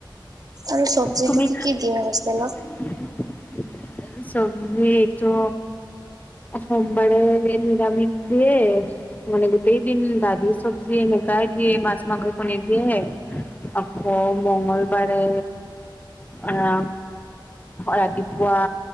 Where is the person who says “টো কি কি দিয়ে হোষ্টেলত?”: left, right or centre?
Right